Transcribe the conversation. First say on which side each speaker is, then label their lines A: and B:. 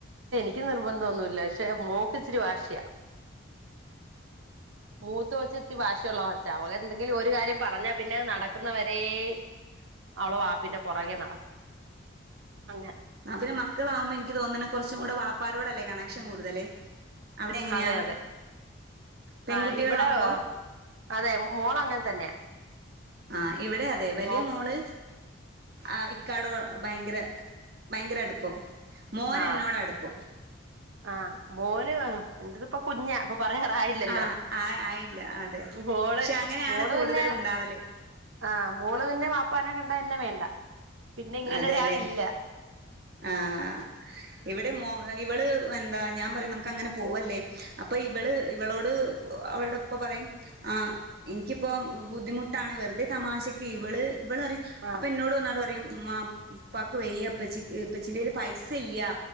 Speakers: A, on the right; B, on the right.
A: ക്ക് നിർബന്ധം ഒന്നൂല്ല പക്ഷേ മോൾക്ക് ഇച്ചിരി വാശിയാ മൂത്തകൊച്ച് ഇച്ചിരി വാശിയുള്ളതാ. ച്ചാ അവളെന്തെങ്കിലും ഒരു കാര്യം പറഞ്ഞാ പിന്നെ നട ക്കുന്നവരേയും അവള് വാപ്പിന്റെ പുറകെ നടക്കും അങ്ങനെ
B: ആ പിന്നെ മക്കളാവുമ്പോ എനിക്ക് തോന്നണെ കൊറച്ചുകൂടെ വാപ്പാ നോടല്ലേ കണക്ഷൻ കൂടുതല്. അവിടെ എങ്ങനെയാ
A: അതെ അതെ
B: പെൺകുട്ടികളാവുമ്പോ
A: ആ ഇവിടെ ആ അതെ മോളങ്ങനെ തന്നെയാ.
B: ആ ഇവിടെ അതെ വലിയ
A: മോ
B: മോള് ആ ഇക്കാടോ ഭയ്ങ്കര ഭയ്ങ്കര അടുപ്പം മോൻ
A: ആ
B: എന്നോട അടുപ്പം
A: ആ മോന് എന്റെതിപ്പ കുഞ്ഞാ പ്പൊ പറയാറായില്ലല്ലോ
B: ആഹ് ആ ആയില്ല അതെ
A: മോള്
B: പക്ഷെ അങ്ങനെയാണ്
A: മോള്
B: കൂടുതലും
A: പിന്നെ
B: ഉണ്ടാവല്
A: ആഹ് മോള് പിന്നെ വാപ്പാനെ കണ്ട എന്നെ വേണ്ട പിന്നെ ഇങ്ങനെ
B: അതെല്ലേ
A: ഒരാളില്ല
B: ആഹ് ഇവിടെ മോ ഇവള് എന്താ ഞാൻ പറയും നമുക്ക് അങ്ങനെ പോവല്ലേ അപ്പൊ ഇവള് ഇവളോട് അവളടെ ഇപ്പ പറയും ആ എനിക്കിപ്പോ ബുദ്ധിമുട്ടാണ് വെറുതെ തമാശക്ക് ഇവള് ഇവള് പറയും
A: ആ
B: അപ്പൊ എന്നോട് വന്നാണ്ട് പറയും മ്മാ ഉപ്പാക്ക് വയ്യ ഉപ്പച്ചി ഇപ്പച്ചിന്റെല് പൈസ ഇല്ല്യാ